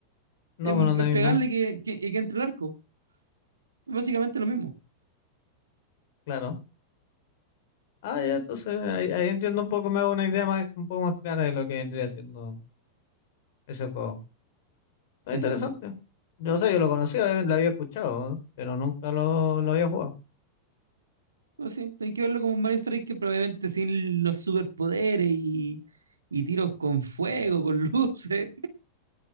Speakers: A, on the left; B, on the right.
A: No,
B: Es,
A: pues no tenéis
B: es pegarle
A: nada,
B: que, que- y que entre el arco. Básicamente lo mismo.
A: claro. Ah, ya, entonces ahí, ahí entiendo un poco, me hago una idea más, un poco más clara de lo que vendría siendo ese juego. Está
B: Sí,
A: interesante.
B: sí, sí.
A: Yo sé, yo lo conocía, obviamente, lo había escuchado, ¿no? pero nunca lo, lo había jugado.
B: no sí, tenés que verlo como un Mario Strike probablemente sin los superpoderes y, y tiros con fuego, con <laughs> luces.